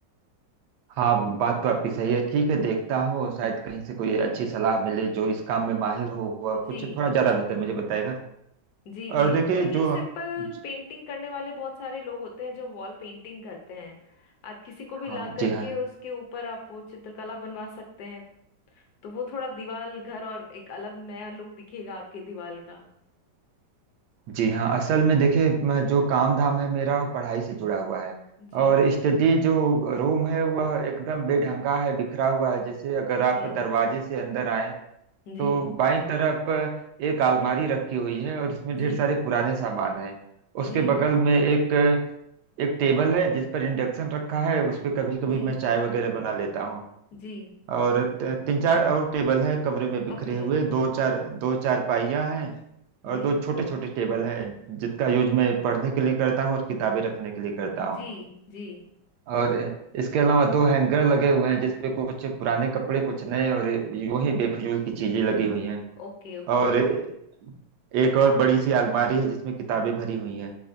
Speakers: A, on the right; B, on the left.
A: हाँ बात तो आपकी सही है ठीक है देखता हूँ शायद कहीं से कोई अच्छी सलाह मिले जो इस काम में माहिर हो वह
B: जी
A: कुछ थोड़ा ज्यादा बेहतर मुझे बताएगा
B: जी जी
A: और देखिए
B: कोई
A: जो
B: नहीं सिंपल
A: ज-
B: पेंटिंग करने वाले बहुत सारे लोग होते हैं जो वॉल पेंटिंग करते हैं आप किसी को भी
A: हाँ
B: ला करके
A: जी हाँ
B: उसके ऊपर आप वो चित्रकला बनवा सकते हैं तो वो थोड़ा दीवाल घर और एक अलग नया लुक दिखेगा आपके दीवाल का
A: जी हाँ असल में देखिए मैं- जो काम धाम है मेरा वो पढ़ाई से जुड़ा हुआ है
B: जी
A: और स्टडी जो रूम है वह एकदम बेढंगा है बिखरा हुआ है जैसे अगर
B: ओके
A: आप दरवाजे से अंदर आए
B: जी
A: तो बाईं तरफ एक अलमारी रखी हुई है और उसमें ढेर
B: जी
A: सारे पुराने सामान हैं उसके
B: जी
A: बगल में एक एक टेबल है जिस पर इंडक्शन रखा है उस पर कभी कभी
B: जी
A: मैं चाय वगैरह बना लेता हूँ
B: जी
A: और त- तीन चार और टेबल है कमरे में बिखरे
B: ओके
A: हुए
B: ओके
A: दो चार दो चार पाइयाँ हैं और
B: जी
A: दो छोटे छोटे टेबल हैं जिसका यूज मैं पढ़ने के लिए करता हूँ और किताबें रखने के लिए करता हूँ
B: जी जी
A: और इसके अलावा दो हैंगर लगे हुए हैं जिसपे कुछ पुराने कपड़े कुछ नए और यूं ही बेफिजूल की चीजें लगी हुई हैं
B: ओके ओके
A: और एक और बड़ी सी अलमारी है जिसमें किताबें भरी हुई हैं